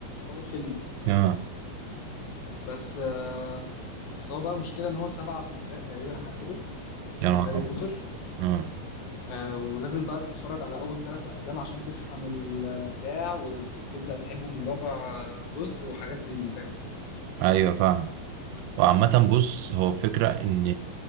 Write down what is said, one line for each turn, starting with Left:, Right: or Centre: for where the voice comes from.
Left: اول فيلم
Right: اه
Left: بس آه، بس هو بقى مشكله ان هو سبعة اجزاء تقريبا حاجه كده
Right: يا
Left: من
Right: نهار
Left: هاري
Right: أبيض.
Left: بوتر
Right: اه
Left: آه، ولازم بقى تتفرج على اول ثلاث افلام عشان تفهم ال- البتاع وتبدا تحبه من رابع جزء وحاجات من دي فاهم
Right: ايوه فاهم وعامة بص هو فكرة ان